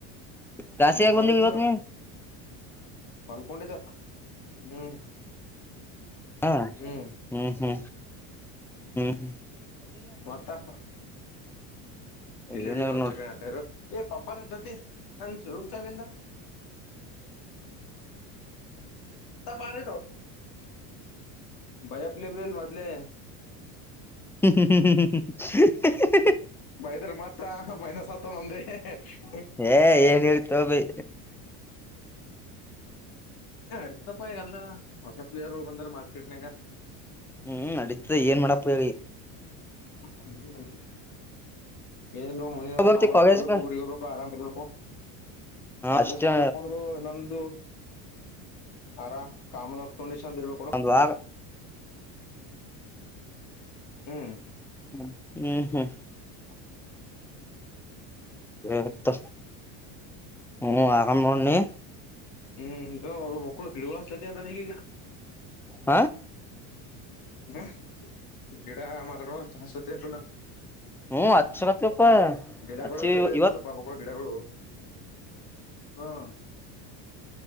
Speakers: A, in the centre; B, on the left (about 60°).
A: ಕ್ಲಾಸ್
B: ಮಕೊಂಡಿದ್ನ
A: ಯಾಕ್ ಬಂದಿಲ್ಲ ಇವತ್ತು
B: ಮಲ್ಕೊಂಡಿದ್ದ ಹ್ಮ್
A: ಹ
B: ಹ್ಮ್
A: ಹೂ ಹೂ ಹೂ
B: ಮತ್ತಾ ಪಿೇ
A: ಏನ
B: ಜ ಒನ್
A: ನೋಡ್
B: ಸೆಕೆಂಡ್ ಆಟರ ಎ ಕಂಪನ್ ಜೊತಿ ರೂಮ ಚ ಎಂತ ಪಾರ ಬರಪ್ಲೆ ಬೆಲ್ ಮದಲೆ
A: ಹ್ಮ್ ಹ್ಮ್ ಹ್ಮ್ ಹ್ಮ್ ಹ್ಮ್ ಹ್ಮ್ ಹೂ
B: ಬೈದ್ರ ಮತ್ರ ಮೈನಸ್ ಆತ್ತ ನಮ್ದೇ ಹ
A: ಏ ಏನ್ ಹೇಳ್ತಾವ ಭೈ
B: ಅಡ್ತದಪ್ಪಾಯಗಲ್ಲ ಹೊಸ ಪ್ಲೇಯರ್ ಒಳ ಬಂದಾರೆ ಮಾರ್ಕೆಟ್ನಂಗ
A: ಹೂ ನಡೀತ ಏನ್ ಮಾಡಪ್ಪ ಹೇಳಿ
B: ಹ ಎನೋ ಮುನಿವರ
A: ಹೋಗ್ತಿ
B: ಕಾಮನ
A: ಕಾಲೇಜ್ ಹಾ
B: ಪೂರಿಗಗಳುಬೇಕ ಆರಾಮಭ ಹಾ ಕಾಲೇಜು
A: ಅಷ್ಟೇ
B: ಬರಕ ಅದರ ಇಂದ ದ ಆರ ಕಾಮ ನಪ್ತೊಂಡ ಚಂದ್ರಬೇಕ ಕೊಡ
A: ಒಂದ್ ವಾರ
B: ಹ್ಮ್
A: ಹ್ಮ್ ಹ್ಮ್ ಹ್ಮ್-
B: ಹಫ.
A: ಹತ್ತ ಹ್ಮ್ ಆಗ ನೋಡ ನಿ
B: ಹ್ಮ್ ಬಳ ಗಿಗಳುಳ ಅಂತಾ ನೀಗ
A: ಹಾ
B: ಹ್ಮ್ ಗಿಡಾ ಮರಗಳು ಹ ಸತಿ ಅಂತಲ್ಲ
A: ಹ್ಮ್ ಹಚ್ಚಕತ್ತಪ್ಪ
B: ಗಿಡಗಳು
A: ಹಚ್ಚಿ
B: ಸತೆ ಅಂತಲ್ಲ
A: ಇವತ್
B: ಪಾಪಗಳು ಗಿಡಗಳು ಹ್ಮ್